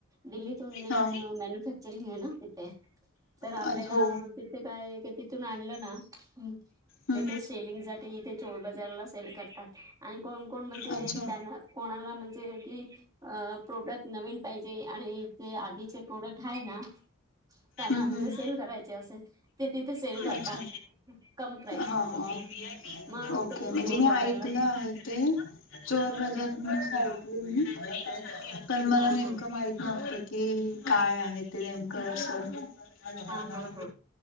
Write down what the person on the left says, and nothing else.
हा
अ हो
हम्म
अच्छा
हम्म
अच्छा
हा
हा.
ओके
म्हणजे
मी
ऐकलं आहे ते. चोर बाजार मुळे सांगितलं मी. पण मला
नेमकं
माहित नव्हतं की काय आहे ते नेमकं असं. हम्म.